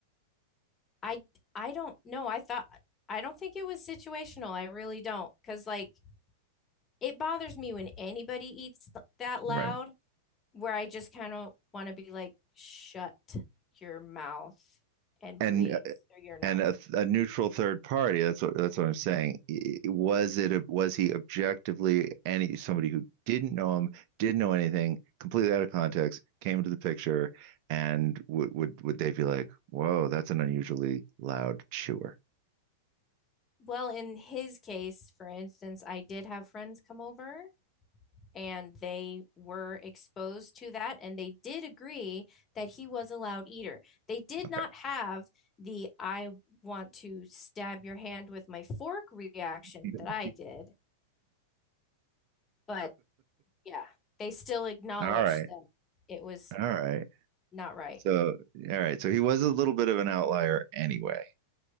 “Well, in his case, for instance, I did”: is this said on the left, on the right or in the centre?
Left